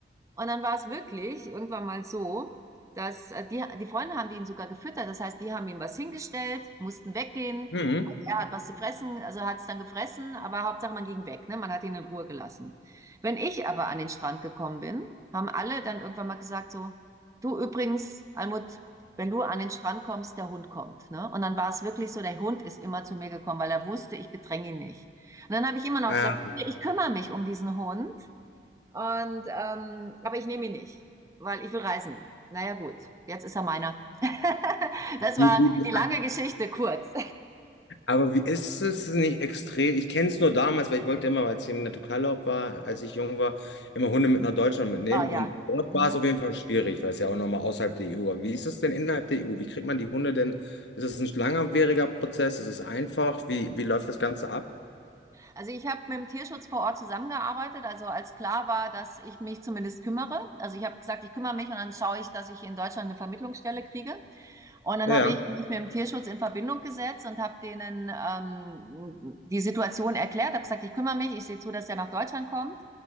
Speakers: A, on the right; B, on the left.
A: Und dann war es wirklich irgendwann mal so, dass äh, die, die Freunde haben ihn sogar gefüttert. Das heißt, die haben ihm was hingestellt, mussten weggehen.
B: Mhm.
A: Und er hat was zu fressen, also hat es dann gefressen, aber Hauptsache man ging weg, ne? Man hat ihn in Ruhe gelassen. Wenn ich aber an den Strand gekommen bin, haben alle dann irgendwann mal gesagt so, du übrigens, Almut, wenn du an den Strand kommst, der Hund kommt, ne? Und dann war es wirklich so, der Hund ist immer zu mir gekommen, weil er wusste, ich bedränge ihn nicht. Und dann habe ich immer noch
B: Ah.
A: gesagt, okay, ich kümmere mich um diesen Hund. Und, ähm, aber ich nehme ihn nicht, weil ich will reisen. Naja, gut, jetzt ist er meiner. <laughs> Das
B: Wie-
A: war
B: wie- wie-
A: die lange Geschichte, kurz.
B: Aber wie ist es nicht extrem? Ich kenne es nur damals, weil ich wollte immer, als ich im Naturalurlaub war, als ich jung war, immer Hunde mit nach Deutschland mitnehmen.
A: Oh ja.
B: Und dort
A: Mhm.
B: war es auf jeden Fall schwierig, weil es ja auch nochmal außerhalb der EU war. Wie ist es denn innerhalb der EU? Wie kriegt man die Hunde denn? Ist es ein langwieriger Prozess? Ist es einfach? Wie, wie läuft das Ganze ab?
A: Also ich habe mit dem Tierschutz vor Ort zusammengearbeitet, also als klar war, dass ich mich zumindest kümmere. Also ich habe gesagt, ich kümmere mich und dann schaue ich, dass ich in Deutschland eine Vermittlungsstelle kriege. Und dann
B: Ja.
A: habe ich mich mit dem Tierschutz in Verbindung gesetzt und habe denen ähm, die Situation erklärt, habe gesagt, ich kümmere mich, ich sehe zu, dass er nach Deutschland kommt.